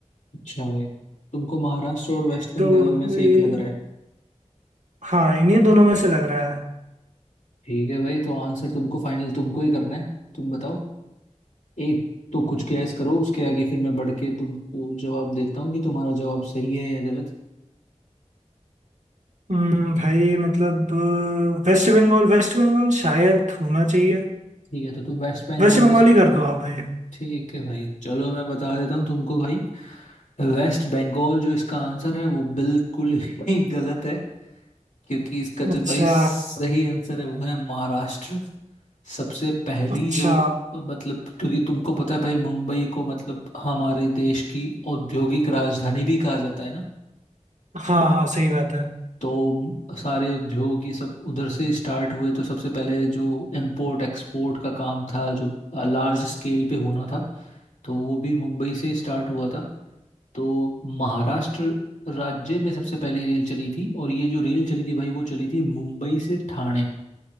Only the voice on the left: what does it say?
अच्छा भाई तुमको महाराष्ट्र और वेस्ट बंगाल
में से एक लग रहा है
ठीक है भाई तो आंसर तुमको फाइनल तुमको ही करना है तुम बताओ एक तो कुछ गैस करो उसके आगे फिर मैं बढ़ के तुमको जवाब देता हूँ कि तुम्हारा जवाब सही है या गलत
ठीक है तो तुम वेस्ट बंगाल
के
ठीक है भाई चलो मैं बता देता हूँ तुमको भाई वेस्ट बंगाल जो इसका आंसर है वो बिल्कुल ही <laughs> गलत है क्योंकि इसका जो
भाई सही आंसर है वो है महाराष्ट्र सबसे पहली
जो मतलब क्योंकि तुमको पता है भाई मुंबई को मतलब हमारे देश की औद्योगिक राजधानी भी कहा जाता है ना
तो म- सारे उद्योग ये सब उधर से स्टार्ट हुए तो सबसे पहले जो इम्पोर्ट एक्सपोर्ट का काम था जो लार्ज स्केल पे होना था तो वो भी मुंबई से स्टार्ट हुआ था तो महाराष्ट्र राज्य में सबसे पहली रेल चली थी और ये जो रेल चली थी भाई वो चली थी मुंबई से ठाणे